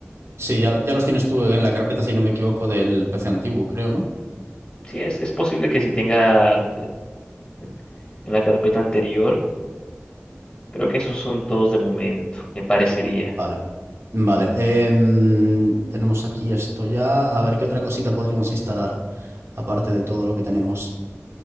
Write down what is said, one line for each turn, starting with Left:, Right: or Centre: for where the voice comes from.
Right: Sí, ya, ya los tienes tú en la carpeta, si no me equivoco, del PC antiguo, creo, ¿no?
Left: Sí, es, es posible que si tenga eh, en en la carpeta anterior, creo que esos son todos de momento, me parecería.
Right: Mm, Vale, vale. Em, tenemos aquí esto ya. A ver, ¿qué otra cosita podríamos instalar? Aparte de todo lo que tenemos.